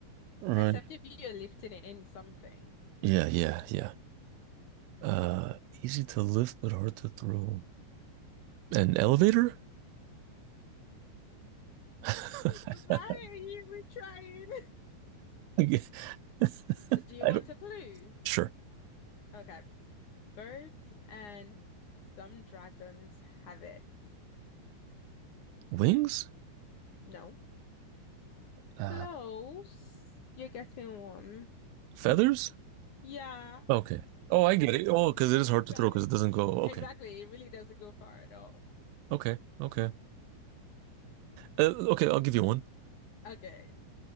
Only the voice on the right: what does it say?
All Right.
Yeah, yeah, yeah. Uh, easy to lift, but hard to throw. An elevator? <laughs>
<laughs> I
don't,
sure.
Wings?
Uh,
feathers?
Okay. Oh, I get it. Oh, because it is
hard to throw because it doesn't go.
Okay.
Okay. Okay. Uh, okay, I'll give you one.